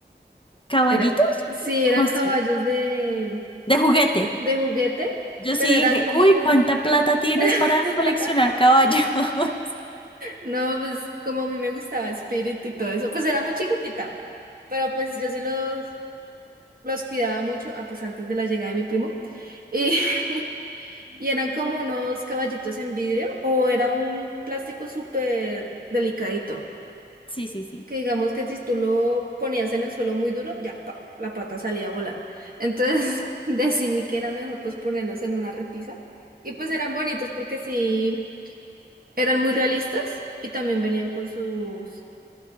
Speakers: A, on the left; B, on the right.
A: ¿Caballitos?
B: Eran, sí,
A: ¿Cómo
B: eran
A: así?
B: caballos de
A: De juguete.
B: de juguete,
A: Yo sí
B: pero eran
A: dije,
B: como...
A: uy, ¿cuánta plata tienes
B: <laughs>
A: para coleccionar caballos? <laughs>
B: No, pues como a mí me gustaba Spirit y todo eso, pues era muy chiquitita, pero pues yo sí los, los cuidaba mucho, ah, pues antes de la llegada de mi primo, y, <laughs> y eran como unos caballitos en vidrio o era un plástico súper delicadito.
A: Sí, sí, sí.
B: que digamos que si tú lo ponías en el suelo muy duro, ya, pa, la pata salía a volar. Entonces <laughs> decidí que era mejor pues ponerlos en una repisa. Y pues eran bonitos porque sí, eran muy realistas y también venían con sus,